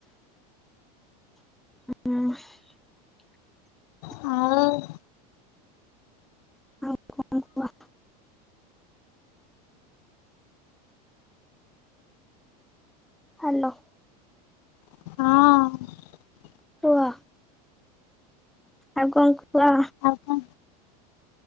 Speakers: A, in the centre; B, on the left.
A: ହଁ ଅଁ
B: ହଁ
A: ଆଉ କଣ କୁହ? ହାଲୋ।
B: ହଁ।
A: କୁହ? ଆଉ କଣ କୁହ?
B: କଣ